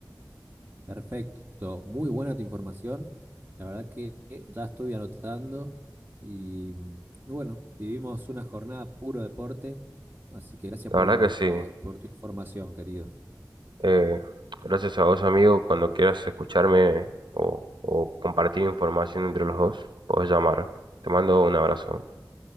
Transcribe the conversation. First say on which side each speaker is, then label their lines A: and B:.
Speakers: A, on the right (about 25°); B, on the right (about 80°).
A: Perfecto, muy buena tu información. La verdad que eh, ya estoy anotando y, mm, y bueno, vivimos una jornada puro deporte, así que gracias
B: La
A: por,
B: verdad que sí.
A: por tu información, querido.
B: Eh, gracias a vos, amigo. Cuando quieras escucharme o, o compartir información entre los dos, podés llamar. Te mando un abrazo.